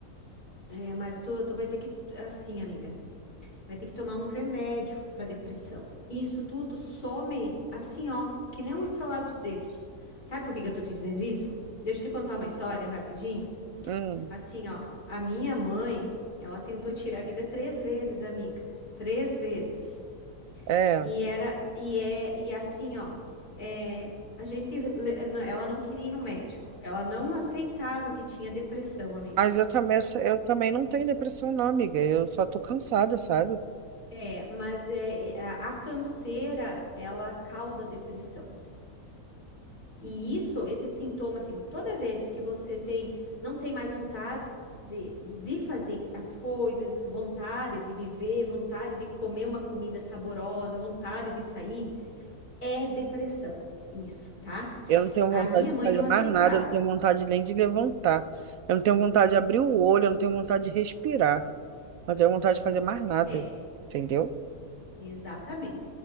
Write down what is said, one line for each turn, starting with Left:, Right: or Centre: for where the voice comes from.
Left: é, mas tu, tu vai ter que, assim, amiga, vai ter que tomar um remédio para depressão. Isso tudo some assim, ó, que nem um estralar dos dedos. Sabe por que que eu tô te dizendo isso? Deixa eu te contar uma história rapidinho.
Right: Hum,
Left: Assim, ó, a minha mãe, ela tentou tirar a vida três vezes, amiga. Três vezes.
Right: é.
Left: E era, e é, e assim, ó, é, a gente, le- não, ela não queria ir no médico, ela não aceitava que tinha depressão, amiga.
Right: Mas eu também, eu só- eu também não tenho depressão, não, amiga. Eu só tô cansada, sabe?
Left: É, mas é, é, a, a canseira, ela causa depressão. E isso, esse sintoma, assim, toda vez que você tem, não tem mais vontade de, de fazer as coisas, vontade de viver, vontade de comer uma comida saborosa, vontade de sair, é depressão, isso, tá?
Right: Eu não tenho
Left: A
Right: vontade
Left: minha mãe
Right: de fazer
Left: não
Right: mais
Left: aceitava.
Right: nada, eu não tenho vontade nem de levantar. Eu não tenho vontade de abrir o olho, eu não tenho vontade de respirar. Eu não tenho vontade de fazer mais nada.
Left: É,
Right: Entendeu?
Left: exatamente.